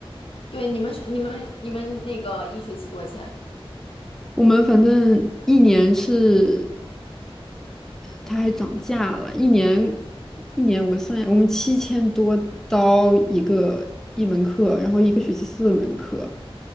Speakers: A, on the left; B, in the centre.
A: 对，你们学你们你们那个一学期多钱啊？
B: 我们反正一年是它还涨价了，一年一年我算一下，我们七千多刀一个一门课，然后一个学期四门课，